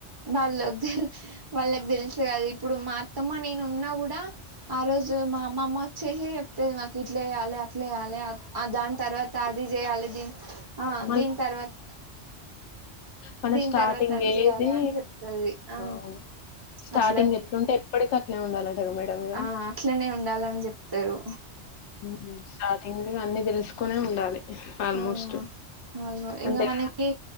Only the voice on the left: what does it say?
మళ్ళీ
మన
స్టార్టింగ్
ఏది
ఆవు స్టార్టింగ్
ఎట్లుంటే ఎప్పటికి అట్లే ఉండాలం టారు మేడం ఇగ
మ్ హు అట్ ఎంగ్ అన్నిీ తెలుసుకునే ఉండాలి ఆల్మోస్ట్
అంతే
కదా